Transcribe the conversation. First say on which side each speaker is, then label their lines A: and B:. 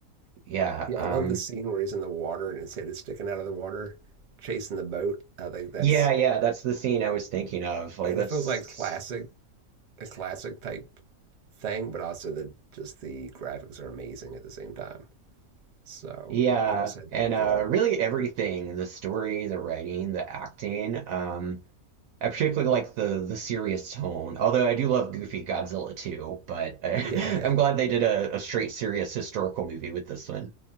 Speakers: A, on the right; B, on the right.
A: yeah,
B: Yeah,
A: um
B: I love the scene where he's in the water and his head is sticking out of the water, chasing the boat. I think that's,
A: yeah, yeah, that's the scene I was thinking of. Like
B: and
A: that's
B: it feels like classic, a classic type thing, but also the just the graphics are amazing at the same time. So
A: yeah,
B: it just had
A: and
B: that
A: uh
B: feel.
A: really everything, the story, the writing, the acting, um I particularly like the the serious tone. Although I do love goofy Godzilla too, but I,
B: But yeah, yeah,
A: <laughs> I'm glad they did a, a straight serious historical movie with this one.